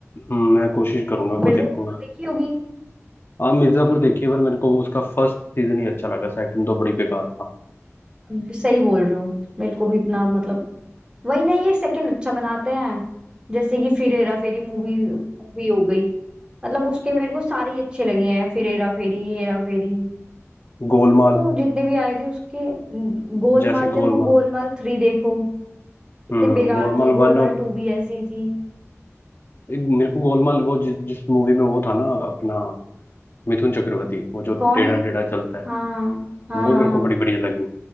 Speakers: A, on the left (about 50°); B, on the right (about 20°).
A: हम्म, मैं कोशिश करूंगा वो
B: मिर्जापुर
A: देखूंगा
B: तो देखी होगी
A: आप मिर्जापुर देखिए पर मेरे को वो उसका फर्स्ट सीजन ही अच्छा लगा सेकंड तो बड़ी बेकार था
B: अब सही बोल रहे हो मेरे को भी इतना मतलब वही ना ये सेकंड अच्छा बनाते हैं जैसे कि फिर हेरा फेरी मूवी मूवी हो गई मतलब उसके मेरे को सारे ही अच्छे लगे हैं फिर हेरा फेरी ये हेरा फेरी
A: गोलमाल
B: तो जितने भी आए थे उसके म, गोलमाल
A: जैसे
B: देखो
A: गोलमाल
B: गोलमाल थ्री देखो इतनी
A: हम्म
B: बेकार
A: गोलमाल
B: थी गोलमाल
A: वन और
B: टू भी ऐसी थी
A: एक मेरे को गोलमाल वो जि, जिस मूवी में वो था ना अपना मिथुन चक्रवर्ती वो जो
B: कौन
A: टेढ़ा टेढ़ा चलता है
B: हाँ हाँ
A: वो
B: हाँ
A: मेरे
B: हाँ
A: को बड़ी बढ़िया लगी